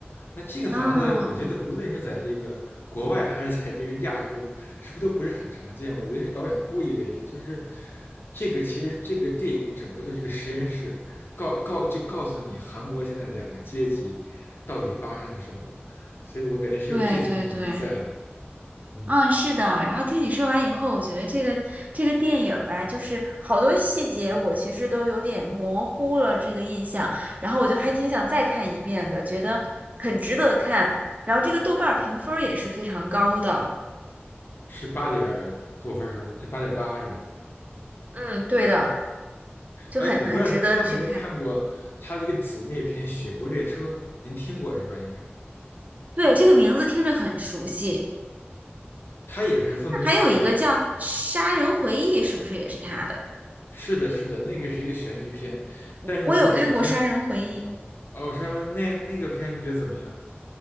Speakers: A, on the left; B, on the right.
A: 那这个房子我觉得无论是在这个国外还是在这个亚洲，
B: 啊。
A: 是不是都不是很常见？我觉得是导演故意为之，就是这个其实这个电影整个就是一个实验室，告告就告诉你韩国现在两个阶级到底发生了什么，所以我感觉是有这层隐喻在的。
B: 对对对，
A: 嗯，
B: 嗯，是的。然后听你说完以后，我觉得这个这个电影儿吧，就是好多细节我其实都有点模糊了这个印象，然后我就还挺想再看一遍的，觉得很值得看。然后这个豆瓣儿评分儿也是非常高的，
A: 是八点多分儿是吧？哎八点八是吧？
B: 嗯，对的，就很很值得去看。
A: 哎，我不知道您看过没看过他的一个姊妹篇《雪国列车》，您听过是吧？应该，
B: 对，这个名字听着很熟悉。
A: 他也是奉俊昊导演的。
B: 那还有一个叫《杀人回忆》，是不是也是他的？
A: 是的，是的，那个是一个悬疑片，
B: 我我有看过《杀人回忆》，
A: 但是不是我们今天哦，上回那那个片你觉得怎么样？